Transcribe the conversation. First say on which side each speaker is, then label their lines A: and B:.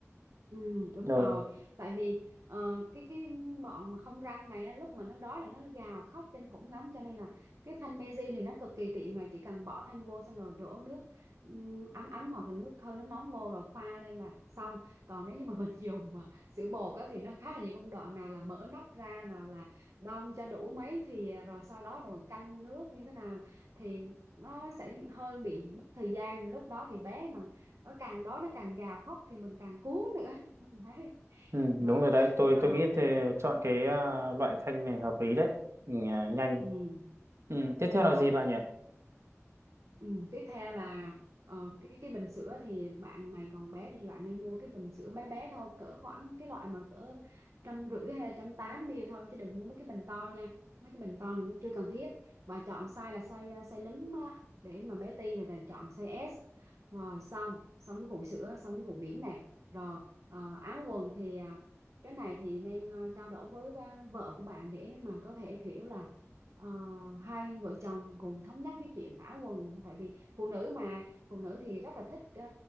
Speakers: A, on the right; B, on the right.
A: Ừ, đúng
B: Rồi.
A: rồi tại vì ờ, cái cái bọn mà không răng này á, lúc mà nó đói là nó gào khóc kinh khủng lắm cho nên là cái thanh Meiji này nó cực kỳ tiện là chỉ cần bỏ thanh vô xong rồi đổ nước ừm, ấm ấm hoặc là nước hơi nóng nóng vô rồi pha lên là xong còn nếu như mà mình <laughs> dùng mà sữa bột á, thì nó khá là nhiều công đoạn nào là mở nắp ra nào là đong cho đủ mấy thì rồi sau đó rồi canh nước như thế nào thì nó sẽ hơi bị mất thời gian lúc đó thì bé mà nó càng đói nó càng gào khóc thì mình càng cuốn nữa đấy
B: Ừ,
A: đó
B: đúng rồi đấy. Tôi
A: rồi
B: tôi nghĩ thì chọn cái ờ, loại thanh này hợp lý đấy. Mình, ờ, nhanh.
A: ừ.
B: Ừ, tiếp theo
A: rồi
B: là gì bà nhỉ?
A: Ừ, tiếp theo là ờ, cái cái bình sữa thì bạn này còn bé thì bạn nên mua cái bình sữa bé bé thôi cỡ khoảng cái loại mà cỡ trăm rưỡi hay là trăm tám ml thôi chứ đừng mua mấy cái bình to nha mấy cái bình to này nó chưa cần thiết và chọn size là size ờ, size nấm á, để mà bé ti thì là chọn size S rồi xong xong cái vụ sữa xong cái vụ bỉm nè rồi ờ, áo quần thì à, cái này thì nên ờ, trao đổi với ba- vợ của bạn để mà có thể kiểu là Ờ, hai vợ chồng cùng thống nhất cái chuyện ả quần tại vì phụ nữ mà phụ nữ thì rất là thích ờ,